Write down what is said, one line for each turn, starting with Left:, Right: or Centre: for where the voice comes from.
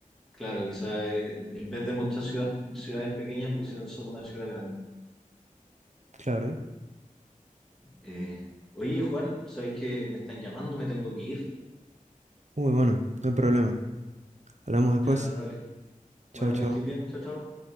Centre: Claro, quizás eh, en vez de muchas ciudad- ciudades pequeñas pusieron solo una ciudad grande.
Right: Claro.
Centre: Eh, oye, Juan, ¿sabéis que me están llamando? Me tengo que ir.
Right: Uy, bueno, no hay problema. Hablamos después.
Centre: Ya, dale. Bueno,
Right: Chau, chau.
Centre: que estés bien. Chao, chao.